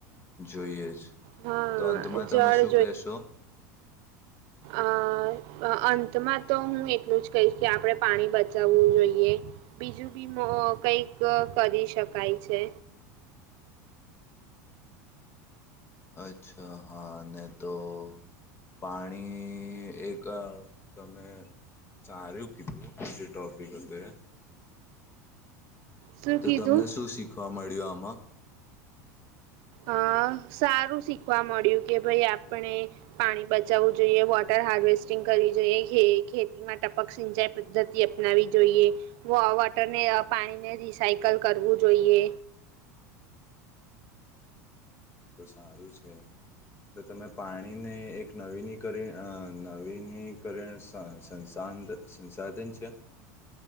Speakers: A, on the left; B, on the right.
A: જોઈએ જ.
B: હા
A: તો અંતમાં તમે
B: જળ
A: શું કહેશો?
B: આ અંતમાં તો હું એટલું જ કહીશ કે આપણે પાણી બચાવવું જોઈએ. બીજું બીમો કંઈક અ કરી શકાય છે.
A: અચ્છા હા નઈ તો પાણી એક અ તમે સારુ કીધું જે ટોપિક હતો એ.
B: શું
A: તો
B: કીધું?
A: તમને શું શીખવા મળ્યું આમાં?
B: અ સારું શીખવા મળ્યું કે ભાઈ આપણે પાણી બચાવવું જોઈએ, વોટર હાર્વેસ્ટિંગ કરવી જોઈએ, ખેતીમાં ટપક સિંચાઈ પદ્ધતિ અપનાવી જોઈએ, વોટરને પાણીને રિસાયકલ કરવું જોઈએ.
A: તો સારું છે. તો તમે પાણીને એક નવીનીકરણ નવીનીકરણ સં સંસાધ સંસાધન છે.